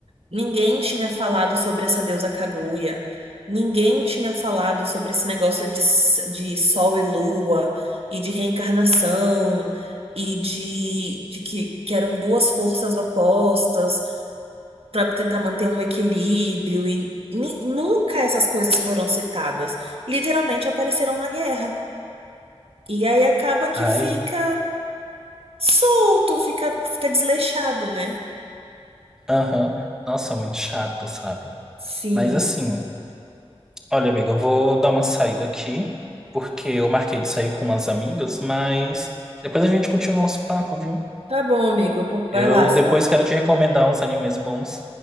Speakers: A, on the right (about 65°); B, in the centre.
A: Ninguém tinha falado sobre essa deusa Kaguya. Ninguém tinha falado sobre esse negócio de, s- de sol e lua, e de reencarnação, e de, de que, que eram duas forças opostas para tentar manter um equilíbrio. E ni- nunca essas coisas foram citadas. Literalmente apareceram na guerra. E aí acaba que
B: Ai,
A: fica solto, fica, fica desleixado, né?
B: aham, Nossa, muito chato, sabe?
A: Sim.
B: Mas assim. Olha, amiga, eu vou dar uma saída aqui, porque eu marquei de sair com umas amigas, mas depois a gente continua o nosso papo, viu?
A: Tá bom, amigo. Pô, Vai
B: Eu
A: lá.
B: depois quero te recomendar uns animes bons.